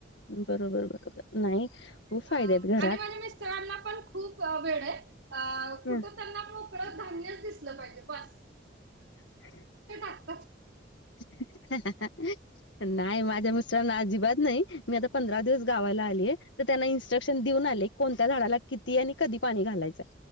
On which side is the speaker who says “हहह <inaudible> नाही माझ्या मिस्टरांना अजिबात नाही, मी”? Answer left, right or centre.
Left